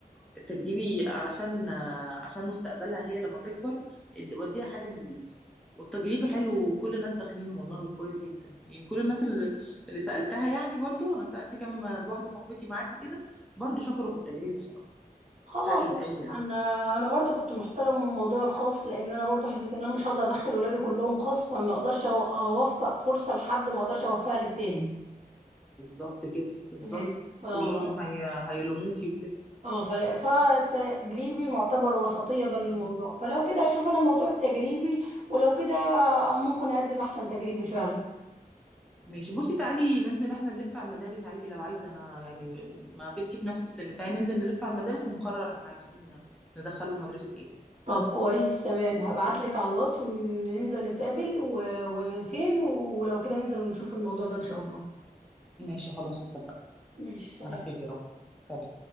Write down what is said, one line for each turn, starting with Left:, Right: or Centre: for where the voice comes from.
Centre: التجريبي علشان آه، عشان مستقبلها هي لما تكبر اد- وديها حاجه انجليزي والتجريبي حلو وكل الناس داخلين والله وكويس جدا يعني كل الناس اللي, اللي سالتها يعني برضو انا سالت كم واحده صاحبتي معاكي كده برضو شكروا في التجريبي بصراحه
Right: خلاص
Centre: حق يتقال
Right: يعني.
Centre: يعني
Right: انا انا برضو كنت محترم من الموضوع الخاص لان انا برضو حته ان انا مش هقدر ادخل ولادي كلهم خاص فما اقدرش أو- اوفق فرصه لحد ما اقدرش اوفقها للتاني
Centre: بالظبط كده بالظبط
Right: يعني اه
Centre: كلهم
Right: ف...
Centre: هي... هيلوموكي وكده
Right: اه فلا فالتجريبي معتبر وسطيه بين الموضوع
Centre: مم.
Right: فلو كده هشوف انا موضوع التجريبي ولو كده ممكن اقدم احسن تجريبي فعلا
Centre: ماشي بصي تعالي ننزل احنا نلف على المدارس عادي لو عايزه انا يعني ما بنتي في نفس السن تعالي ننزل نلف على المدارس ونقرر احنا عايزين ندخلهم مدرسة ايه
Right: طب كويس تمام هبعتلك على الواتس إن ننزل نتقابل و... وفين ولو كده ننزل ونشوف الموضوع ده ان شاء الله
Centre: ماشي خلاص اتفقنا
Right: ماشي سلام
Centre: على خير يا رب سلام